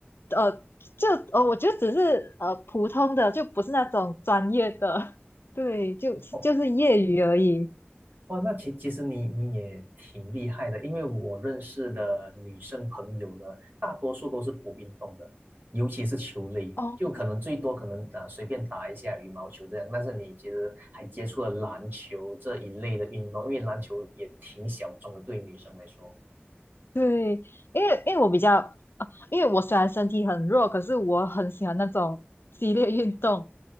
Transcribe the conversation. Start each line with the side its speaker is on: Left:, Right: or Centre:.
Left: 呃就呃我觉得只是呃普通的，就不是那种专业的。对，就就是业余而已。
Right: 哦哇，那其其实你你也挺厉害的，因为我认识的女生朋友呢，大多数都是不运动的，尤其是球类，
Left: 哦，
Right: 就可能最多可能啊随便打一下羽毛球这样，但是你其实还接触了篮球这一类的运动，因为篮球也挺小众的，对于女生来说，
Left: 对，因为因为我比较，因为我虽然身体很弱，可是我很喜欢那种激烈运动，